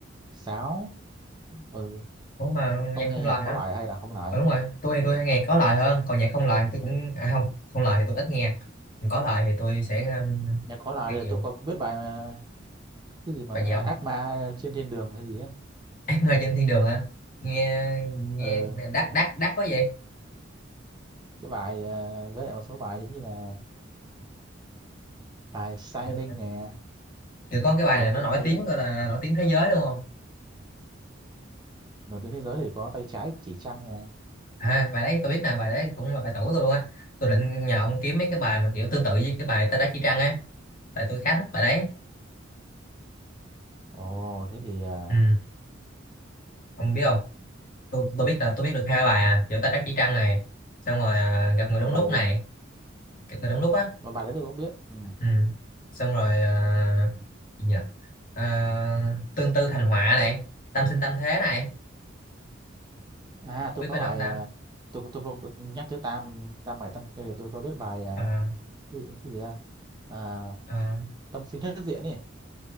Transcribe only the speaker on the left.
cũng mà
nhạc không
lời
hả?
Ừ, đúng rồi, tôi thì tôi hay nghe có lời hơn, còn nhạc không lời thì tôi cũng à không, không lời thì tôi ít nghe. Còn có lời thì tôi sẽ um,
nghe nhiều.
Bài
gì ông?
<laughs> Ác mơ trên thiên đường hả? Nghe nghe
đắt đắt đắt có gì?
Ừ.
Thì có cái bài
này
nó
nổi
tiếng
gọi là nổi tiếng thế giới luôn không?
À, bài đấy tôi biết nè bài đấy cũng là bài tủ tôi luôn á tôi định nhờ ông kiếm mấy cái bài mà kiểu tương tự với cái bài Tay Trái Chỉ Trăng ấy tại tôi khá thích bài đấy
ừ. ông biết không tôi tôi biết là tôi biết được hai bài à kiểu Tay Trái Chỉ Trăng này xong rồi à, gặp người
đúng
lúc này
gặp người đúng lúc á
ừ. xong rồi à, gì nhỉ à, tương tư thành họa này tâm sinh tâm thế này
không
biết
bài
đó không ta
à,
à,